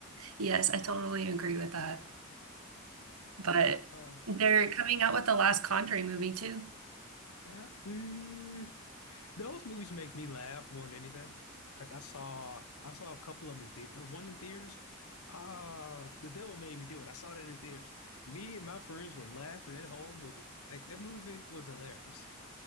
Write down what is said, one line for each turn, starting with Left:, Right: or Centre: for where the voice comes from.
Right: Yes, I totally agree with that. But
Left: Uh,
Right: they're coming out with the last Conjuring movie too.
Left: uh, mm, Those movies make me laugh more than anything. Like I saw, I saw a couple of them in theater. One in theaters. Uh, The Devil Made Me Do It. I saw that in theaters. Me and my friends were laughing that whole movie. Like that movie was hilarious.